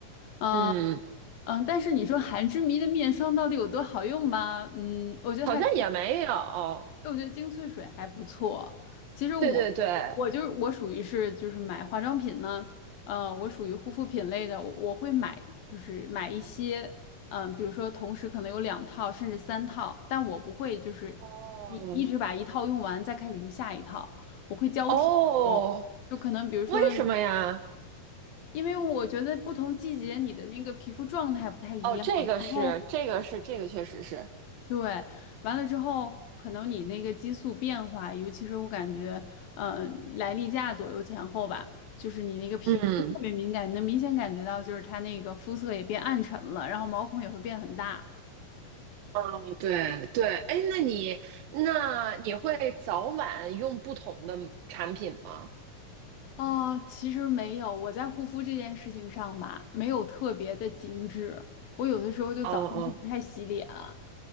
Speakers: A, on the left; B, on the right.
A: 嗯、
B: 嗯
A: 嗯、但是你说含之谜的面霜到底有多好用吗？嗯，我觉得还。
B: 好像也没有。
A: 哎我觉得精粹水还不错。其实我，
B: 对对对，
A: 我就是我属于是就是买化妆品呢，呃，我属于护肤品类的，我我会买就是买一些，嗯、比如说同时可能有两套甚至三套，但我不会就是一一直把一套用完再开始用下一套，
B: 哦，
A: 我会交替用，
B: 哦，
A: 就可能比如说，
B: 为什么呀？
A: 因为我觉得不同季节你的那个皮肤状态不太一样，
B: 哦，这个是，
A: 然后。
B: 这个是，这个确实是。
A: 对，完了之后，可能你那个激素变化，尤其是我感觉，嗯，来例假左右前后吧，就是你那个皮肤会特别敏感，
B: 嗯，
A: 你能明显感觉到，就是它那个肤色也变暗沉了，然后毛孔也会变很大。
B: 哦，对对，哎，那你那你会早晚用不同的产品吗？
A: 哦，其实没有，我在护肤这件事情上吧，没有特别的精致，我有的时候就早上就不太洗脸啊，
B: 哦哦，